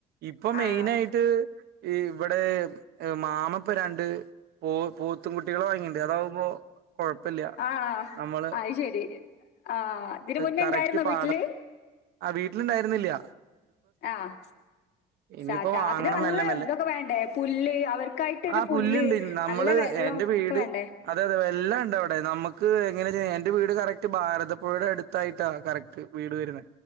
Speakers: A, on the right; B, on the left.
A: ഇപ്പൊ
B: ആഹ്
A: മെയിനായിട്ട്. ഈ ഇവ്ടെ മാമപ്പ രണ്ട് പോ പോത്തും കുട്ടികളെ വാങ്ങീണ്ട്. അതാവുമ്പോ കൊഴപ്പില്ല
B: ആഹ്.
A: നമ്മള്
B: അ ശരി ആ തിന്നെ മുന്നേ
A: കറക്റ്റ്
B: ഇണ്ടായിരുന്നോ
A: പാട
B: വീട്ടില്?
A: ആ വീട്ടിലിണ്ടായിര്ന്നില്ല.
B: ആഹ്
A: ഇനിയിപ്പോ
B: സാട്ട
A: വാങ്ങണം
B: അതിന് നല്ല
A: മെല്ലെ മെല്ലെ
B: ഇതൊക്കെ വേണ്ടേ പുല്ല് അവർക്കായിട്ടൊരു
A: ആ
B: പുല്ല്
A: പുല്ലുണ്ട് നമ്മള്
B: നല്ല വെള്ളം
A: എന്റെ വീട്
B: ഒക്കെ വേണ്ടേ?
A: അതെ അതെ. എല്ലാം ണ്ട അവ്ടെ നമ്മക്ക് എങ്ങനെയാ എന്റെ വീട് കറക്റ്റ് ഭാരതപ്പുഴയുടെ അടുത്തായിട്ടാ കറക്റ്റ് വീട് വരുന്നെ.